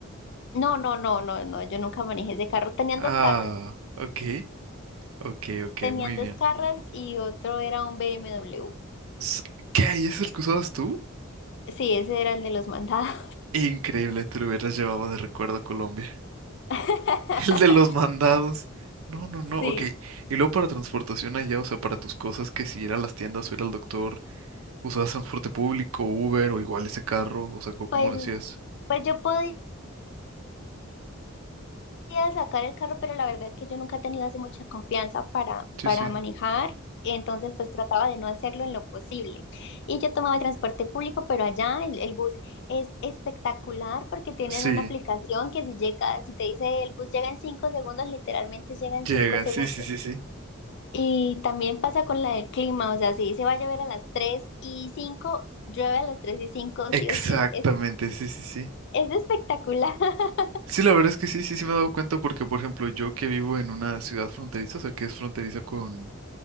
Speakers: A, on the left; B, on the right.
A: No, no, no, no, no, yo nunca manejé ese carro. Tenían
B: Ah,
A: dos carros,
B: ok, ok, ok,
A: tenían
B: muy
A: dos
B: bien.
A: carros y otro era un BMW.
B: S- ¿Qué? ¿Y ese es el que usabas tú?
A: Sí, ese era el de los mandados.
B: Increíble, te lo hubieras llevado de recuerdo a Colombia.
A: <laughs>
B: <laughs> El de los mandados. No, no, no,
A: Sí,
B: ok. Y luego para transportación allá, o sea, para tus cosas, que si ir a las tiendas o ir al doctor, ¿Usabas transporte público, Uber o igual ese carro? O sea, ¿cómo
A: pues,
B: cómo lo hacías?
A: pues yo podía. quería sacar el carro, pero la verdad es que yo nunca he tenido así mucha confianza para,
B: Sí,
A: para
B: sí.
A: manejar. Entonces, pues trataba de no hacerlo en lo posible. Y yo tomaba el transporte público, pero allá el, el bus es espectacular porque tienen
B: Sí,
A: una aplicación que si llega, si te dice el bus llega en cinco segundos, literalmente llega en
B: llega,
A: cinco segundos.
B: sí, sí, sí, sí.
A: Y también pasa con la del clima, o sea, si se va a llover a las tres y cinco llueve a las tres y cinco
B: Exactamente,
A: sí o sí. Es,
B: sí, sí, sí.
A: es espectacular. <laughs>
B: Sí, la verdad es que sí, sí, sí me he dado cuenta porque, por ejemplo, yo que vivo en una ciudad fronteriza, o sea, que es fronteriza con,